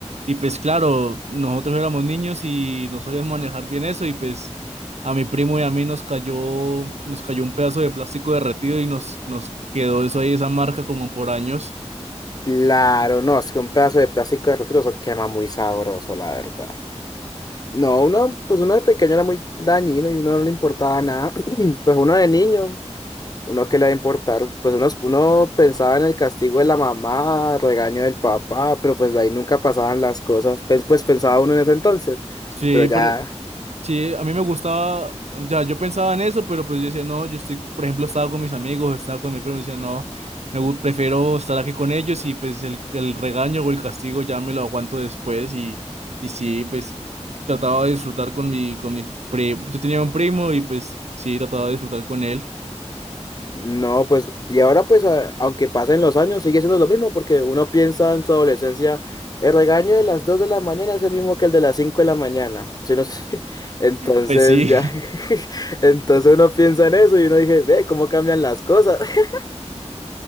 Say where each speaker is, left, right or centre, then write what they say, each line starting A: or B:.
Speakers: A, on the right (about 70°); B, on the left (about 35°).
A: Y pues claro, nosotros éramos niños y no sabíamos manejar bien eso y pues a mi primo y a mí nos cayó, nos cayó un pedazo de plástico derretido y nos, nos quedó eso ahí, esa marca como por años.
B: Claro, no, es que un pedazo de plástico de eso quema muy sabroso, la verdad. No, uno, pues uno de pequeño era muy dañino y uno no le importaba nada. <clears throat> Pues uno de niño, uno que le va a importar, pues uno, uno pensaba en el castigo de la mamá, regaño del papá, pero pues de ahí nunca pasaban las cosas. Pues, pues pensaba uno en ese entonces,
A: Sí,
B: pero ya,
A: pero Sí, a mí me gustaba, ya yo pensaba en eso, pero pues yo decía, no, yo estoy, por ejemplo, estaba con mis amigos, estaba con mi primo, decía, no, me gu- prefiero estar aquí con ellos y pues el, el regaño o el castigo ya me lo aguanto después y, y sí, pues trataba de disfrutar con mi, con mi primo, yo tenía un primo y pues sí, trataba de disfrutar con él.
B: No, pues, y ahora pues, a- aunque pasen los años, sigue siendo lo mismo, porque uno piensa en su adolescencia, el regaño de las 2 de la mañana es el mismo que el de las 5 de la mañana. Si uno se- <laughs> entonces
A: Pues sí,
B: ya,
A: <laughs>
B: <laughs> entonces uno piensa en eso y uno dice, ve, cómo cambian las cosas. <laughs>